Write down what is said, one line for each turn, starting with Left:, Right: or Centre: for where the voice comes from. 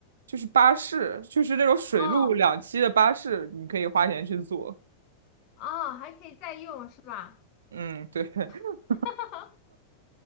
Right: 就是巴士，就是那种水陆两栖的巴士，
Left: 哦
Right: 你可以花钱去坐。
Left: 哦，还可以再用是吧？
Right: 嗯，对，<laughs>
Left: <laughs> 哈哈。